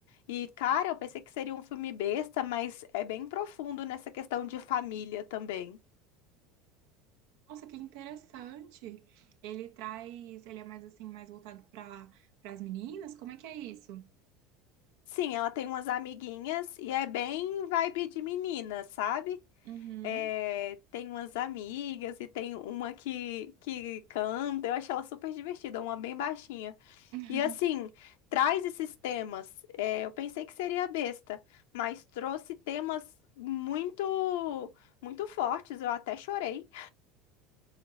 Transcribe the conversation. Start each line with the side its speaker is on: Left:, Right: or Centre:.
Left: E, cara, eu pensei que seria um filme besta, mas é bem profundo nessa questão de família também.
Right: Nossa, que interessante. Ele traz, ele é mais assim, mais voltado para para as meninas? Como é que é isso?
Left: Sim, ela tem umas amiguinhas e é bem vibe de menina, sabe?
Right: Uhum.
Left: é, tem umas amigas e tem uma que, que canta. Eu acho ela super divertida, uma bem baixinha.
Right: <laughs>
Left: E assim, traz esses temas. É, eu pensei que seria besta, mas trouxe temas muito, muito fortes. Eu até chorei,